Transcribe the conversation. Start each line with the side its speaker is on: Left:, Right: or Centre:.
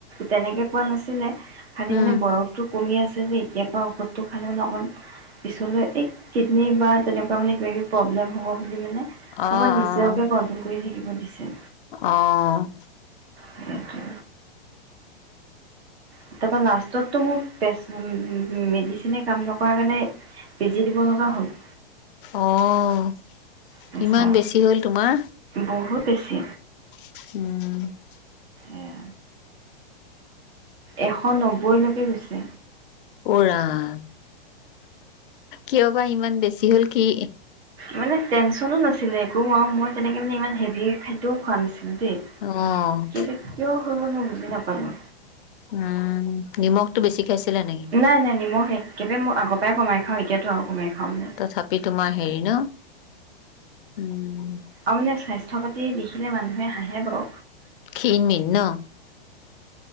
Right: তেনেকৈ কোৱা নাছিলে, খালী
Left: উম।
Right: মানে বয়স টো কমি আছে যে, এতিয়াৰ পৰা ঔষধটো খালে মানে অকণ পিছলৈ এই কিডনী বা তেনেকুৱা মানে কিবাকিবি প্ৰব্লেম হ'ব বুলি মানে অকন
Left: অ',
Right: নিজকে
Left: অ'।
Right: কণ্ট্ৰোল কৰি থাকিব দিছে।
Left: অ'।
Right: সেইটোৱে। তাৰপৰা লাষ্টততো মোৰ তেজ মেডিচিনে কাম নকৰা কাৰণে বেজি দিব লগা হ'ল।
Left: অ'
Right: প্ৰেছাৰ
Left: ইমান বেছি হ'ল তোমাৰ?
Right: বহুত বেছি?
Left: উম।
Right: এয়া। এশ নব্বৈলৈকে গৈছে।
Left: অ' ৰাম, কিয় বা ইমান বেছি, হ'ল কি?
Right: মানে টেনচনো নাছিলে একো, আৰু মই তেনেকৈ মানে ইমান হেভি খাদ্যও খোৱা নাছিলোঁ দেই।
Left: অ'।
Right: কেলে কিয় হৈ গ'ল মই বুজি নাপালোঁ।
Left: উম, নিমখতটো বেছি খাইছিলা নেকি?
Right: নাই, নাই নিমখ একবাৰে মই আগৰ পৰাই কমাই খাওঁ এতিয়াতো আৰু কমাই খাও।
Left: তথাপি তোমাৰ হেৰি ন? উম।
Right: আৰু মানে স্বাস্থ্য পাতি দেখিলে মানুহে হাঁহে বাওঁ।
Left: ক্ষীন মিন ন?